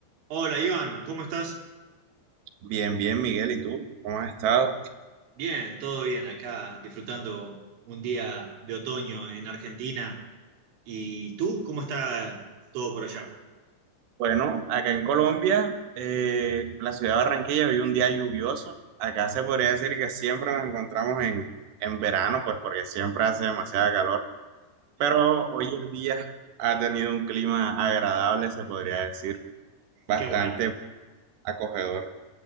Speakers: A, on the right; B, on the right.
A: Hola Iván, ¿cómo estás?
B: Bien, bien, Miguel, ¿y tú? ¿Cómo has estado?
A: Bien, todo bien, acá disfrutando un día de otoño en Argentina. ¿Y tú? ¿Cómo está todo por allá?
B: Bueno, acá en Colombia, eh, la ciudad de Barranquilla vive un día lluvioso. Acá se podría decir que siempre nos encontramos en, en verano, pues porque siempre hace demasiada calor. Pero hoy el día ha tenido un clima agradable, se podría decir, bastante
A: Qué bueno,
B: acogedor.